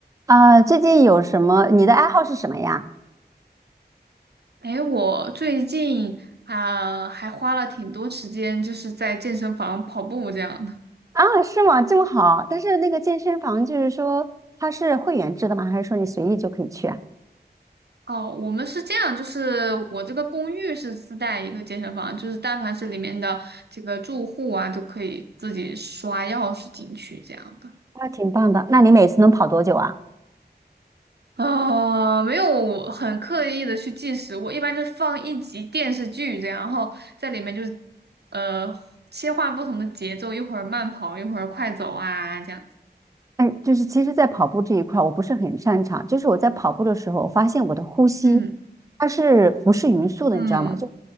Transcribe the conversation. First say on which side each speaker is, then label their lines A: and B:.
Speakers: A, on the right; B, on the right.
A: 啊，最近有什么？你的爱好是什么呀？
B: 诶，我最近啊、还花了挺多时间，就是在健身房跑步这样的。
A: 啊，是吗？这么好，但是那个健身房就是说它是会员制的吗？还是说你随意就可以去啊？
B: 哦，我们是这样，就是我这个公寓是自带一个健身房，就是但凡是里面的这个住户啊，就可以自己刷钥匙进去这样的。
A: 那挺棒的。那你每次能跑多久啊？
B: 啊、没有很刻意的去计时，我一般就放一集电视剧这样，然后在里面就是呃切换不同的节奏，一会儿慢跑，一会儿快走啊这样子。
A: 哎，就是其实，在跑步这一块我不是很擅长，就是我在跑步的时候，我发现我的呼吸
B: 嗯
A: 它是不是匀速的，
B: 嗯。
A: 你知道吗？就